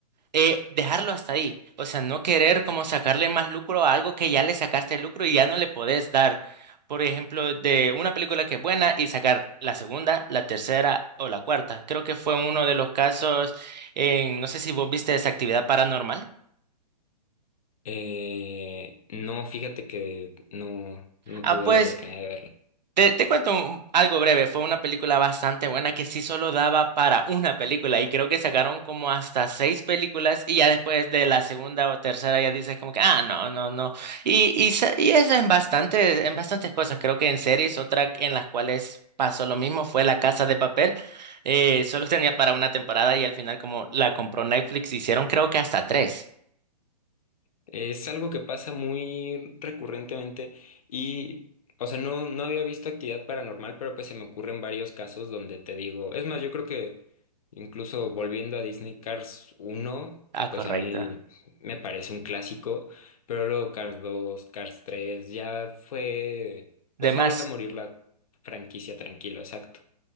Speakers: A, on the right (about 90°); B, on the left (about 60°).
A: eh, dejarlo hasta ahí. O sea, no querer como sacarle más lucro a algo que ya le sacaste lucro y ya no le podés dar. Por ejemplo, de una película que es buena y sacar la segunda, la tercera o la cuarta. Creo que fue uno de los casos en, no sé si vos viste esa actividad paranormal.
B: eh, no, fíjate que no, no
A: Ah,
B: tuve
A: pues
B: la oportunidad de verla.
A: Te, te cuento un- algo breve, fue una película bastante buena que sí solo daba para una película y creo que sacaron como hasta seis películas y ya después de la segunda o tercera ya dices como que, ah, no, no, no. Y, y, sa- y eso en bastantes, en bastantes cosas, creo que en series, otra en las cuales pasó lo mismo fue La Casa de Papel, eh, solo tenía para una temporada y al final como la compró Netflix hicieron creo que hasta tres.
B: Es algo que pasa muy recurrentemente y, o sea, no, no había visto actividad paranormal, pero pues se me ocurren varios casos donde te digo, es más, yo creo que incluso volviendo a Disney Cars uno
A: Ah,
B: pues
A: correcto.
B: a mí me parece un clásico, pero luego Cars dos Cars tres ya fue,
A: De
B: o sea,
A: más.
B: deja morir la franquicia tranquilo, exacto,